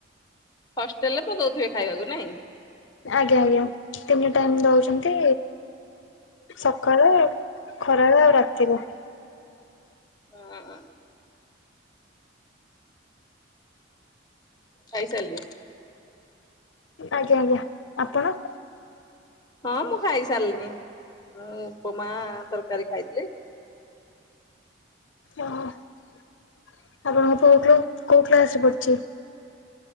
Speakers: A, on the left; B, on the left.
A: ହଷ୍ଟେଲରେ ତ ଦଉଥିବେ ଖାଇଆକୁ ନାଇଁ।
B: ଆଜ୍ଞା ଆଜ୍ଞା ତିନି ଟାଇମ୍ ଦଉଚନ୍ତି ସକାଳେ ଖରାବେଳେ ଆଉ ରାତିର।
A: ହଁ ହଁ। ଖାଇ ସାରିଲେଣି?
B: ଆଜ୍ଞା ଆଜ୍ଞା ଆପଣ?
A: ହଁ ମୁଁ ଖାଇ ସାରିଲିନି ମୁଁ ଉପମା ତରକାରୀ ଖାଇଥିଲି।
B: ଓହୋ ଆପଣଙ୍କ ପୁଅ କୋଉ କ୍ଲାସରେ ପଡୁଛି।